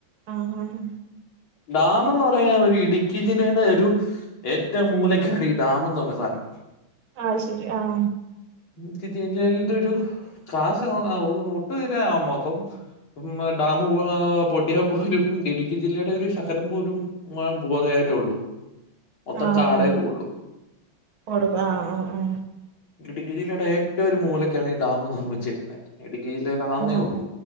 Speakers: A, on the right; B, on the left.
A: ആഹ് ആഹ്
B: ഡാം എന്ന് പറയാ ഒരു ഇടുക്കി ജില്ലയുടെ ഒരു ഏറ്റവും മൂലക്കാണ് ഈ ഡാം എന്ന് പറഞ്ഞ സാധനം.
A: ആഹ ശരി ആഹ
B: എനിക്ക് ജില്ലന്റെ ഒരു കാശ ഒട്ടു തീര ആവ മൊത്തം- ഡാം പൊട്ടിയാൽ പോലും ഇടുക്കി ജില്ലയുടെ ഒരു ശഖരം പോലുംൻ പോകതെ ഉള്ളൂ മൊത്തം
A: ആഹ
B: കാടേ പോവുള്ളൂ
A: ടുവാ ആഹ് ആഹ ആഹ
B: ഇടുക്കി ജില്ലയുടെ ഏറ്റവും ഒരു എറ്റയൊരെ മൂലക്കാണ് ഈ ഡാം നിർമ്മിച്ചിരിക്കുന്നെ. ഇടുക്കി ജില്ലയിൽ ആന്നേ
A: ആഹ്
B: ഉള്ളൂ.